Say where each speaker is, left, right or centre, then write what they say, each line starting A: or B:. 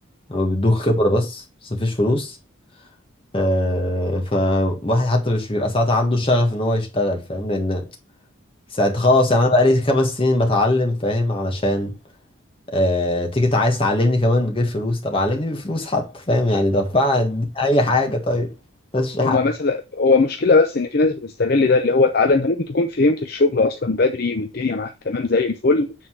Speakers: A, on the left; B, on the left.
A: هما بيدوك خبرة بس بس مفيش فلوس آه فواحد حتى مش بيبقى ساعات عنده شغف إن هو يشتغل فاهم لأن ساعات خلاص
B: <laughs>
A: يعني أنا بقالي خمس سنين بتعلم فاهم علشان آه تيجي تع- عايز تعلمني كمان بغير فلوس طب علمني بفلوس حتى فاهم يعني دفع اديني أي حاجة طيب بس حاجة
B: هما مثلا هو مشكلة بس إن في ناس بتستغل ده اللي هو تعالى أنت ممكن تكون فهمت الشغل أصلا بدري والدنيا معاك تمام زي الفل